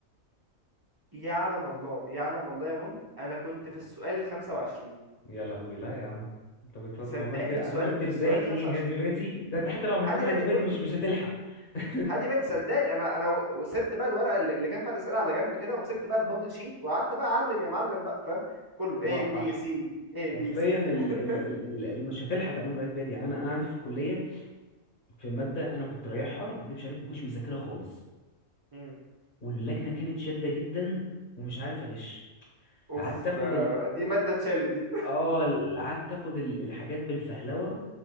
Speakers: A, on the right; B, on the left.
A: يعلم الله يعلم الله يا من انا كنت في السؤال 25
B: يا لهوي لا يا عم انت بتهزر
A: صدقني
B: عملت عملت
A: في السؤال في
B: الباقي
A: السؤال 25
B: ايه هادي بادي ده انت حتى لو عملتهم
A: حادي
B: هادي
A: بادئ
B: بادي
A: كله
B: مش مش هتلحق <laughs>
A: حادي بادئ صدقني انا انا و- سبت بقى الورقه اللي اللي كان فيها الاسئله على جنب كده ومسكت بقى البابل شيت وقعدت بقى اعلم يا معلم بقى فاهم كله A
B: هو
A: B
B: ح-
A: C D A
B: حرفيا
A: B C
B: ال
A: D
B: ال
A: <laughs>
B: ال ال ال- مش هتلحق تعملهم هادي بادي يعني انا انا عندي في الكليه في ماده انا كنت رايحها ما اكدبش عليك ما كنتش مذاكرها خالص
A: مم.
B: واللجنه كانت شاده جدا ومش عارف اغش
A: اوف
B: فقعدت اخد
A: ده دي مادة اتشالت دي
B: اه ال- قعدت اخد ال- الحاجات بالفهلوه